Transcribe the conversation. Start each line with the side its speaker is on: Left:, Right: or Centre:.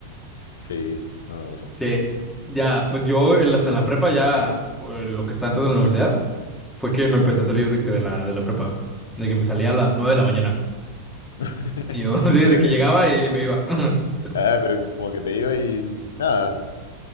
Left: sí, no me pasó.
Centre: que ya, pues yo en la, hasta en la prepa, ya eh, lo que está antes de la universidad, fue que me empecé a salir de que de la, de la prepa. De que me salía a las nueve de la mañana.
Left: <laughs>
Centre: Y yo, <laughs> sí, de
Left: Pero, eh,
Centre: que llegaba y me iba. <laughs>
Left: ah, pero como que te iba y, y nada, sí,